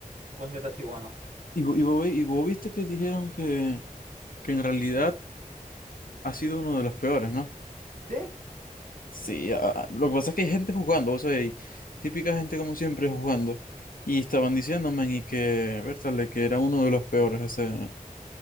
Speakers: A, on the right; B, on the left.
A: un concierto así bueno.
B: Y, vo- y, vos, ve- y vos viste que dijeron que, que en realidad ha sido uno de los peores, ¿no?
A: ¿Sí?
B: Sí, a- a- lo que pasa es que hay gente jugando, o sea, hay típica gente como siempre jugando. Y estaban diciéndome y que, Bertale, que era uno de los peores ese,